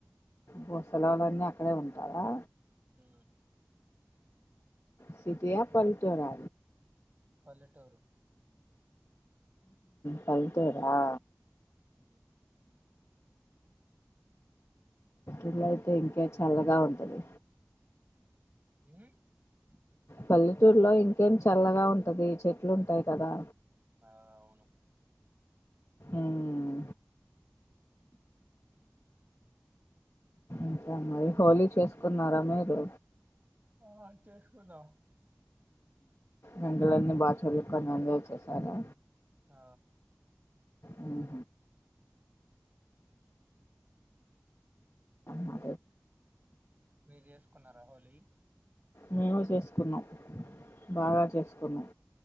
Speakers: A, on the left; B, on the right.
A: భూస్థాలాలన్నీ అక్కడే ఉంటాయా
B: ఆ
A: సిటీ ఆ పల్లెటూరు
B: పల్ెటూరు
A: కలిటరా
B: అ
A: ఇల అయితే ఇంకా చల్లగా ఉంటది
B: ఏ
A: పల్లెటూరులో ఇంకేం చల్లగా ఉంటది చెట్లు ఉంటాయి కదా
B: ఆ అవును
A: ఉమ్, అంతే మరి హోలీ చేసుకున్నారా మీరు
B: ఆ చేసుకున్నాం
A: రంగులన్నీ బా చలు కొన్ని ఎంజా చేసారా
B: ఆ
A: అహ మా
B: మీరు చేసుకున్నారా హోలీ
A: మేము చేసుకున్నాం బాగా
B: ఉహు
A: చేసుకున్నాం